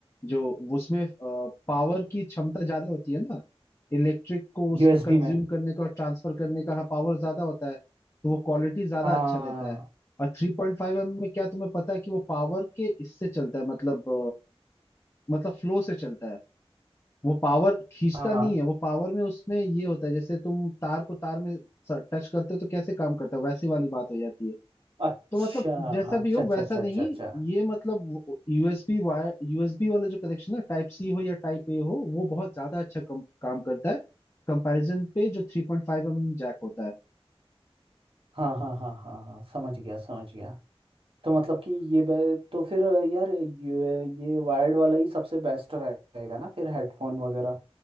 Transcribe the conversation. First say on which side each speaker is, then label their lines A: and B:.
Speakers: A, on the left (about 30°); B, on the right (about 60°).
A: जो उसमें पावर की क्षमता ज्यादा होती है ना इलेक्ट्रिक को उसका
B: यूएसबी
A: कंज्यूम
B: में
A: करने का और ट्रांसफर करने का पावर ज्यादा होता है तो वो क्वालिटी ज्यादा
B: हाँ
A: अच्छा देता है और थ्री पॉइंट फाइव एम में क्या तुम्हें पता है कि वो पावर के इससे चलता है मतलब अ, मतलब फ्लो से चलता है वो पावर खींचता
B: हाँ हाँ
A: नहीं है वो पावर में उसमें ये होता है जैसे तुम तार को तार में टच करते हो तो कैसे काम करता है वैसी वाली बात हो जाती है
B: अच्छा
A: तो मतलब
B: अच्छा
A: जैसा भी हो
B: अच्छा
A: वैसा
B: अच्छा
A: नहीं
B: अच्छा अच्छा
A: ये मतलब यूएसबी वायर यूएसबी वाला जो कनेक्शन है टाइप सी हो या टाइप ए हो वो बहुत ज्यादा अच्छा कम, काम करता है कंपैरिजन पे जो three point five M M jack होता है
B: हाँ हाँ हाँ हाँ हाँ समझ गया समझ गया तो मतलब कि ये बे- तो फिर यार ये ये वायर्ड वाला ही सबसे बेस्ट रहेगा ना फिर हेडफोन वगैरह